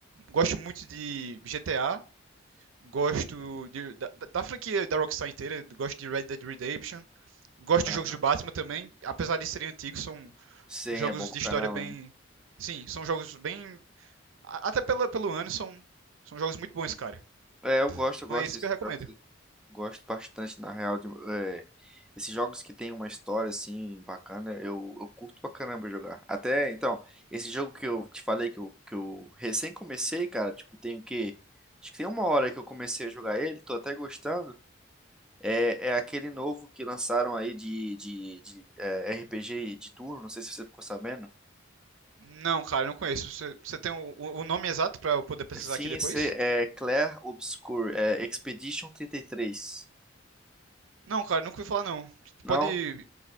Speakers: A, on the right; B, in the centre.
A: Gosto muito de GTA, gosto de- da, da franquia da Rockstar inteira, gosto de Red Dead Redemption, gosto
B: Aham.
A: de jogos do Batman também, apesar de serem antigos, são
B: Sim,
A: jogos
B: é bom pra
A: de
B: caramba,
A: história bem.
B: né?
A: Sim, são jogos bem. a- Até pela, pelo ano, são, são jogos muito bons, cara.
B: É, eu gosto, eu gosto
A: Não é isso
B: desses
A: que eu recomendo.
B: jogos. eu Gosto bastante, na real, de, é, esses jogos que tem uma história assim bacana, eu, eu curto pra caramba jogar. Até então, esse jogo que eu te falei que eu, que eu recém comecei, cara, tipo, tem o quê? Acho que tem uma hora que eu comecei a jogar ele, tô até gostando. É, é aquele novo que lançaram aí de, de, de é, RPG de turno, não sei se você ficou sabendo.
A: Não, cara, não conheço. Você você tem o, o o nome exato pra eu poder pesquisar
B: Sim,
A: aqui depois?
B: esse é Clair Obscur, é Expedition trinta e três
A: Não, cara, nunca ouvi falar não.
B: Não?
A: Pode